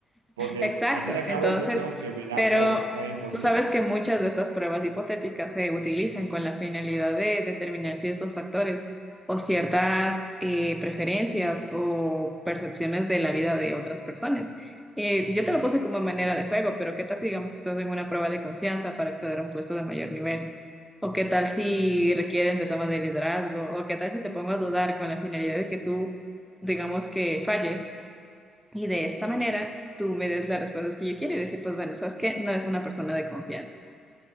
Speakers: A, on the right; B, in the centre.
A: Porque
B: Exacto.
A: al fin y al
B: Entonces,
A: cabo yo tengo que velar
B: pero
A: por, también por
B: tú
A: mí.
B: sabes que muchas de estas pruebas hipotéticas se utilizan con la finalidad de determinar ciertos factores o ciertas eh, preferencias o percepciones de la vida de otras personas. Eh, yo te lo puse como manera de juego, pero ¿qué tal si digamos que estás en una prueba de confianza para acceder a un puesto de mayor nivel? ¿O qué tal si requieren de toma de liderazgo? ¿O qué tal si te pongo a dudar con la finalidad de que tú, digamos que falles? Y de esta manera tú me des las respuestas que yo quiero y decir, pues bueno, sabes que no es una persona de confianza.